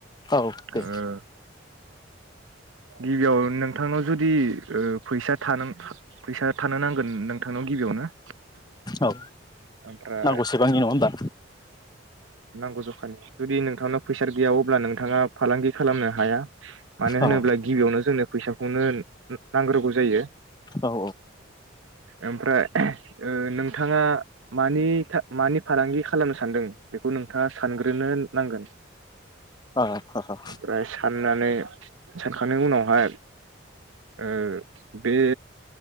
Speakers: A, on the left; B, on the right.
A: औ दे
B: ओ गिबियाव नोंथांनाव जुदि ओ फैसा <unintelligible> फैसा थानो नांगोन नोंथांनाव गिबियावनो।
A: औ
B: ओमफ्राय
A: नांगौसेबांनि नङा ओमबा?
B: गौ जखानि जुदि नोंथांनाव फैस गैया अब्ला नोंथाङा फालांगि खालामनो हाया मानो होनोब्ला
A: अ
B: गिबियावनो जोंनो फैसाखौनो नांग्रोगौ जायो
A: औ
B: ओमफ्राय ओ नोंथांङा मानि मानि फालांगि खालामनो सानदों? बेखौ नोंथांङा सानग्रोनो नांगोन
A: औ अ
B: ओमफ्राय साननानै <inaudible> सानखांनायनि उनावहाय ओ बे